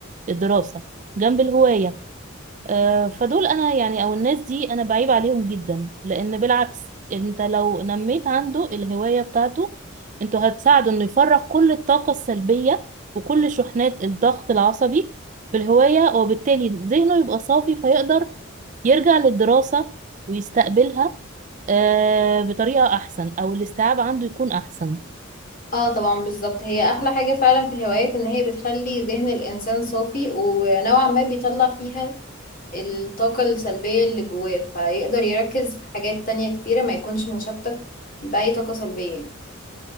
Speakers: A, on the right; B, on the left.
A: الدراسة جنب الهواية آه، فدول أنا يعني أو الناس دي أنا بعيب عليهم جدا لأن بالعكس أنت لو نميت عنده الهواية بتاعته أنتوا هتساعده إنه يفرغ كل الطاقة السلبية وكل شحنات الضغط العصبي في الهواية وبالتالي ذهنه يبقى صافي فيقدر يرجع للدراسة ويستقبلها آه بطريقة أحسن أو الاستيعاب عنده يكون أحسن
B: اه طبعا بالظبط هي احلى حاجة فعلا في الهوايات ان هي بتخلي ذهن الانسان صافي ونوعا ما بيطلع فيها الطاقة السلبية اللي جواه فيقدر يركز في حاجات تانية كتيرة ما يكونش مشتت بأي طاقة سلبية يعني.